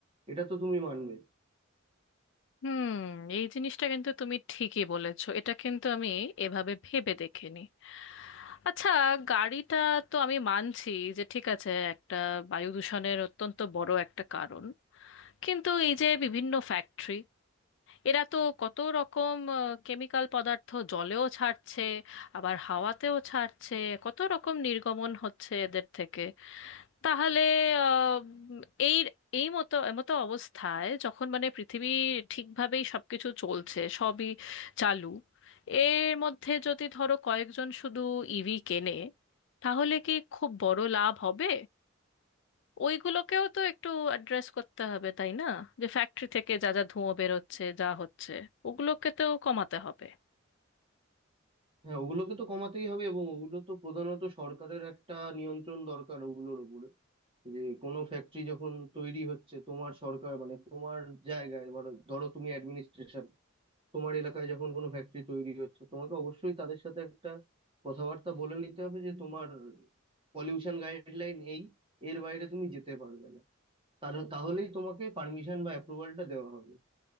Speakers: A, on the right; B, on the left.
A: এটা তো তুমি মানবে
B: হুম এই জিনিসটা কিন্তু তুমি ঠিকই বলেছো এটা কিন্তু আমি এভাবে ভেবে দেখিনি আচ্ছা গাড়িটা তো আমি মানছি যে ঠিক আছে একটা বায়ু দূষণের অত্যন্ত বড় একটা কারণ কিন্তু এই যে বিভিন্ন ফ্যাক্টরি এরা তো কত রকম কেমিক্যাল পদার্থ জলেও ছাড়ছে আবার হাওয়াতেও ছাড়ছে কত রকম নির্গমন হচ্ছে এদের থেকে তাহলে আহ, এই এই মতো মতো অবস্থায় যখন মানে পৃথিবী ঠিকভাবেই সবকিছু চলছে সবই চালু এর মধ্যে যদি ধরো কয়েকজন শুধু ইভি কেনে তাহলে কি খুব বড় লাভ হবে ওইগুলোকেও তো একটু অ্যাড্রেস করতে হবে তাই না যে ফ্যাক্টরি থেকে যা যা ধুঁয়ো বেরোচ্ছে যা হচ্ছে ওগুলোকে তো কমাতে হবে
A: হ্যাঁ ওগুলোকে তো কমাতেই হবে এবং ওগুলো তো প্রধানত সরকারের একটা নিয়ন্ত্রণ দরকার ওগুলোর উপরে যে কোনো ফ্যাক্টরি যখন তৈরি হচ্ছে তোমার সরকার মানে তোমার জায়গায় ধরো ধরো তুমি অ্যাডমিনিস্ট্রেশন তোমার এলাকায় যখন কোনো ফ্যাক্টরি তৈরি হচ্ছে তোমাকে অবশ্যই তাদের সাথে একটা কথাবার্তা বলে নিতে হবে যে তোমার পলিউশন গাইডলাইন এই এর বাইরে তুমি যেতে পারবে না তার তাহলেই তোমাকে পারমিশন বা অ্যাপ্রুভালটা দেওয়া হবে